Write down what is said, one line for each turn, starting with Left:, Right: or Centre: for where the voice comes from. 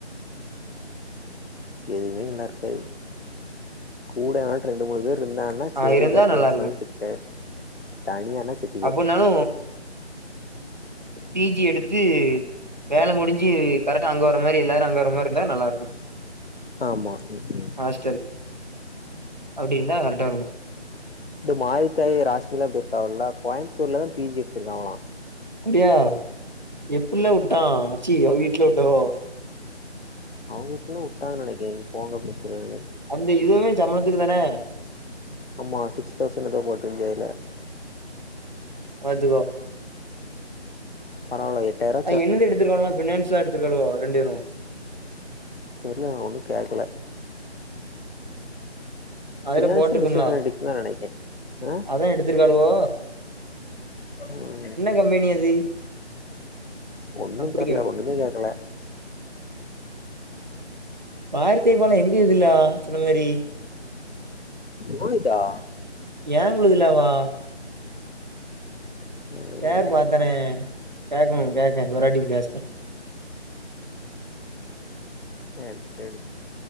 Left: எதுமே நல்லா இருக்காது கூட வே ரெண்டு மூணு பேர் இருந்தாங்க எல்லா செரியதா
Right: ஆ இருந்தா
Left: பேச்சுத்
Right: நல்லா இருக்கு
Left: தொணைக்கு இருக்கே தனியான செத்
Right: அப்பனாலு பிஜி எடுத் சி வேலை முடிஞ்சு கரெக்டா அங்க வர்ற மாரி எல்லாரு அங்க வர்ர மா மாரி நல்லா இருந்தா நல்லா இருக்கு
Left: ஆமா ம் ம்
Right: ஹாஸ்டல் அப்டின்னா கரட்டா இரு
Left: இந்த மாரித்தாய் ஒரு ஹாஸ்பிடல வந்து எடுத்தாங்ல்க இல்ல கோயமுத்தூர்லதான் பி ஜி எடுத்திருக்காலா
Right: அப்டியா எப்ள்ளே வுட்டா ச்சி வீட்டுல விட்டா
Left: அவங்க வீட்டுலல்லா வுட்டாங்கன்னு நெனைக்கே போங்க அப்டின்னு சொல்ல
Right: அந்த இதுவே சம்பளத்துக்கு தானே
Left: ஆமா சிக்ஸ் தௌசண் எதோ போட்ருந்ததுல
Right: எல்லாத்துக்கு
Left: பரவால்ல எட்டாய்ரோ
Right: ஆ என்னன்னு எடுத்துக்குலானா பினான்ஸா எடுத்துக்கிடனுமோ ரெண்டு இது
Left: தெர்ல நான் ஒன்னு கேக்கல
Right: அதுலே
Left: ஃபினான்ஸு
Right: போட்ருக்குன்னா
Left: பிசினஸ் அனலிட்டிக்ஸ் தா நெனைக்கே ஆ
Right: அதா எடுத்திருக்காணுவோ
Left: ம்
Right: கம்பெனி அது
Left: ஒன்னு
Right: அப்படி
Left: தெர்ல
Right: கேக்
Left: ஒன்னுமே கேக்கல
Right: பார்த்திபனா எங்க இதுலா சொன்ன மாரி
Left: போயிதா
Right: ஏன்குழுதுல அவா
Left: இல்ல
Right: பேர் பாத்தனே கேக்கணு கேக்கே பெறவாட்டி பேசுற
Left: பேரு கேளு